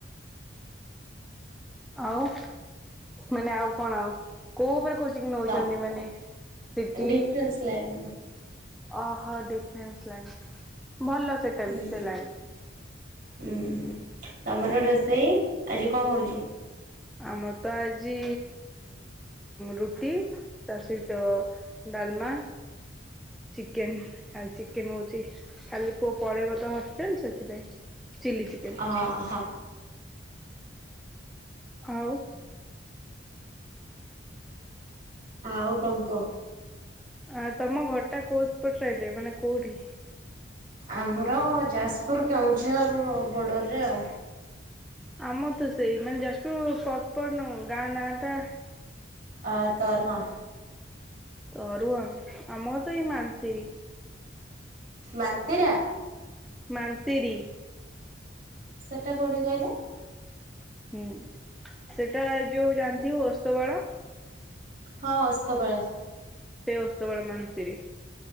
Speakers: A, in the centre; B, on the right (about 45°).
A: ଆଉ ମାନେ ଆଉ କଣ କୋଉ ଉପରେ କୋଚିଂ ନୋଉଛନ୍ତି
B: ତ
A: ମାନେ ସିଟି
B: ଡିଫରେନ୍ସ ଲାଇନ୍
A: ଓହୋ ଡିଫେନ୍ସ ଲାଇନ୍ ଭଲ ସେଟା
B: ହୁଁ
A: ବି ସେ ଲାଇନ୍
B: ହୁଁ ତମର ରୋଷେଇ ଆଜି କଣ ହୋଉଛି?
A: ଆମର ତ ଆଜି ରୁଟି ଟା ସହିତ ଡାଲମା ଚିକେନ ଆଉ ଚିକେନ ହୋଉଛି କାଲି ପୁଅ ପଳେଇବ ତ ହଷ୍ଟେଲ ସେଥିପାଇଁ। ଚିଲି ଚିକେନ
B: ଅହ।
A: ଆଉ
B: ଆଉ କଣ କୁହ?
A: ଆ ତମ ଘରଟା କୋପଟ ସାଇଡରେ ମାନେ କୋଉଠି?
B: ଆମର ଯାଜପୁର କେଉଁଝର ବୋର୍ଡ଼ରରେ ଆଉ।
A: ଆମ ତ ସେଇ ମାନେ ଯାଜପୁର ପପର ନୁହୁଁ ଗାଁ ନାଁ ଟା
B: ଆତରୁଆ
A: ତରୁଆ ଆମ ତ ଏଇ ମାନ୍ତିର।
B: ମାନ୍ତିରା?
A: ମାନ୍ତିରି।
B: ସେଟା କୋଉଠି କହିଲେ?
A: ହୁଁ ସେଟା ଏ ଯୋଉ ଜାଣିଥିବେ ଓସ୍ତିପାଳ?
B: ହଁ ଓସ୍ତପାଳ।
A: ଓସ୍ତପାଳ ମନ୍ତିରୀ।